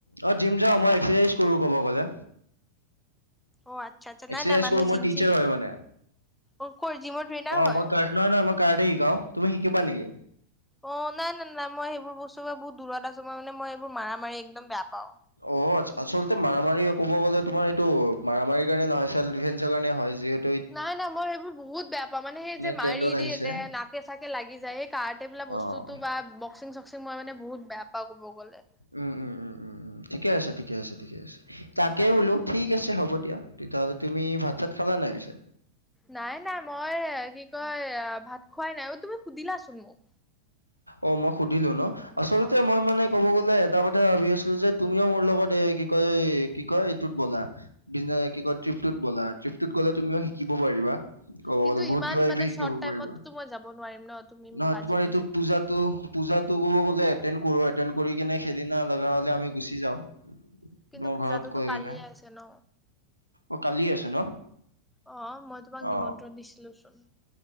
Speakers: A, on the left; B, in the centre.
A: অ', জিম যাও, মই এক্সাৰচাইজ কৰো ক'ব গ'লে।
B: অ', আচ্ছা আচ্ছা,
A: এক্সাৰচাইজ
B: নাই নাই মানুহ
A: কৰোঁ মোৰ
B: জিম
A: টিচাৰ
B: চিম,
A: হয় মানে
B: অ', কৰ জিমৰ ট্ৰেইনাৰ
A: অঁ
B: হয়।
A: মই কাৰ নহয় নহয় মই কাৰাটে শিকাওঁ। তুমি শিকিবা নেকি?
B: অ', নাই নাই নাই, মই সেই বোৰ বস্তু বহুত দূৰত আছো মানে মই এইবোৰ মাৰা মাৰি একদম বেয়া পাও।
A: অ', আচলতে মাৰামাৰী ক'ব গ'লে তোমাৰ এইটো মাৰামাৰীৰ কাৰণে নহয়, চেলফ দিফেনচ <unintelligible> কাৰণে হয় যিহে
B: নাই নাই মই সেইবোৰ বহুত বেয়া পাওঁ মানে সেই যে
A: ট্ৰেণ্ডত
B: মাৰি দিয়ে
A: আহিছে
B: যে, নাকে চাকে লাগি যায় সেই কাৰাটে বোলা বস্তু
A: অঁ
B: বা বক্সিং চক্সিং মই মানে বহুত বেয়া পাও ক'ব গ'লে।
A: উম উম উম, ঠিকে আছে, ঠিকে আছে, ঠিকে আছে,
B: সেইকাৰণে
A: তাকেই বোলো ঠিক আছে হ'ব দিয়া। তেতিয়াহ'লে তুমি ভাত চাত খালা নাই পিছে?
B: নাই নাই মই কি কয় ভাত খোৱাই নাই, অ', তুমি সুধিলাচোন মোক।
A: অ', মই সুধিলো ন, আচলতে
B: অ
A: মই মানে ক'ব গলে এটা কথা ভাবি আছিলো যে তুমিও মোৰ লগত এ কি কয় কয় এইটোত ব'লা, কি কয় ট্ৰিপতোত বলা, ট্ৰিপটোত গ'লে তুমিও শিকিব পাৰিবা। ক'ব
B: কিন্তু
A: গলে বহুত
B: ইমান
A: কিবা কিবি
B: মানে
A: শিকিব
B: শৰ্ট টাইমতো
A: পাৰিবা,
B: মই যাব নোৱাৰিম ন তুমি
A: নহয়
B: মোক আজি
A: তোমাৰ
B: কৈছা
A: এইটো
B: কালি
A: পুজাটো কব গলে এটেন কৰো, এটেন কৰি কিনে সেইদিনা লগা হলে আমি গুচি যাওঁ।
B: কিন্তু
A: মোৰ
B: পূজাতোতো
A: ঘৰত কৈ
B: কালিয়ে
A: কিনে,
B: আছে ন
A: অ', কালি আছে ন?
B: অ', মই তোমাক
A: অ।
B: নিমন্ত্ৰণ দিছিলোচোন।